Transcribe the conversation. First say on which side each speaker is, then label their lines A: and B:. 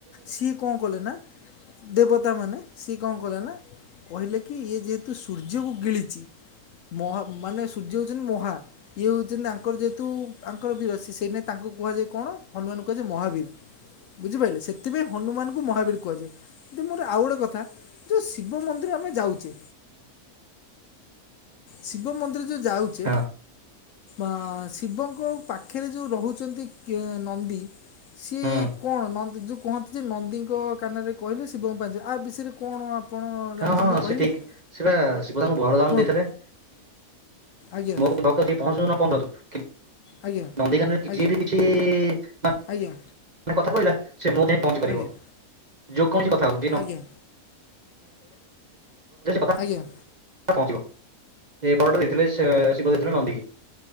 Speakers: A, on the left; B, on the right.
A: ସି କଁ କଲେନା ଦେବତା ମାନେ ସି କଁ କଲେନା କହିଲେ କି ଇଏ ଯେହେତୁ ସୂର୍ଯ୍ୟକୁ ଗିଳିଛି ମହା ମାନେ ସୂର୍ଯ୍ୟ ହେଉଛନ୍ତି ମହା। ଇଏ ହଉଛନ୍ତି ତାଙ୍କର ଯେହେତୁ ତାଙ୍କର ଦିବାସୀ ସେଇ ନାଇ ତାଙ୍କୁ କୁହାଯାଏ କଣ? ହନୁମାନଙ୍କୁ କୁହାଯାଏ ମହାବୀର ବୁଝିପାରିଲେ, ସେଥିପାଇଁ ହନୁମାନଙ୍କୁ ମହାବୀର କୁହାଯାଏ। ଯ ମୋର ଆଉ ଗୋଟେ କଥା ଯୋଉ ଶିବ ମନ୍ଦିର ଆମେ ଯାଉଛେ ଶିବ ମନ୍ଦିର ଯେଉ ଯାଉଛେ,
B: ହଁ,
A: ଆ ଶିବଙ୍କ ପାଖରେ ଯୋଉ ରହୁ କେ ନନ୍ଦି ସିଏ
B: ହୁଁ,
A: କଣ ନନ୍ଦି ଯୋଉ କହନ୍ତି ସେ ନନ୍ଦିଙ୍କ କାନରେ କହିଲୁ ଶିବଙ୍କୁ ପାଇଛୁ ଆ ବିଷୟରେ କଣ? ଆପଣ
B: ହଁ
A: ଜାଣିଛନ୍ତି
B: ହଁ
A: ଟିକେ କହିବେ
B: ସେ ଠିକ୍
A: କି
B: ସେ ବା ଶିବ ଦାନକୁ ବରଦାନ
A: କୁହନ୍ତୁ
B: ଦେଇଥିଲେ।
A: ଆଜ୍ଞା
B: ମୁଁ ଭକ୍ତ ଯିଏ ପହଞ୍ଚୁ ନ ପହଞ୍ଚୁ
A: ଆଜ୍ଞା
B: ନନ୍ଦୀକାନରେ
A: ଆଜ୍ଞା।
B: ଯଏ ବି କିଛି କଥା
A: ଆଜ୍ଞା
B: କହିଲା ସେ ମୋ ଯାଇ ପହଞ୍ଚି ପାରିବ।
A: ଆଜ୍ଞା
B: ଯଉ କୌଣସି କଥା ହଉ
A: ଆଜ୍ଞା
B: <unintelligible>
A: ଆଜ୍ଞା
B: ପହଞ୍ଚିବ ସେ ବରଟେ ଦେଇଥିଲେ ସେ ଶିବ ଦେଇଥିଲେ ନନ୍ଦୀ କି।